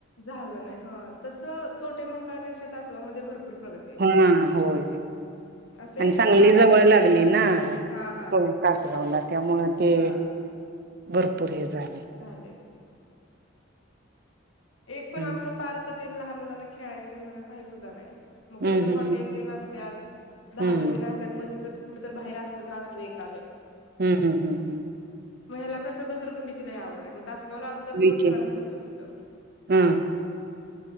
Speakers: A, on the left (about 80°); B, on the right (about 50°).
A: झालं नाही ह तसं कवठेमंकाळ पेक्षा तासगाव मध्ये भरपूर प्रगती आहे.
B: हा होय
A: असं
B: आणि
A: एक
B: सांगली
A: पण पार्क
B: जवळ लागली ना
A: हा हा
B: हो तासगावला त्यामुळं ते
A: हा
B: भरपूर हे झालंय
A: झाले. एक पण
B: हम्म
A: असं पार्क तेन लहान मुलांना खेळायचं तेन म्हणा काही सुद्धा नाही मग
B: हम्म
A: कुठं तर हॉटेल तेन असत्यात, धाबं
B: हम्म
A: तेन असत्यात मग तिथंच कुठं तर बाहेर आसलं तर आसलं एखादं
B: हम्म हम्म हम्म हम्म
A: म ह्याला कसं घसरगुंडीची लई आवड हाय, मग तासगावला आलतो तर
B: विकेंड
A: रोज त्याला न्हेत व्हतो तिथं
B: हम्म.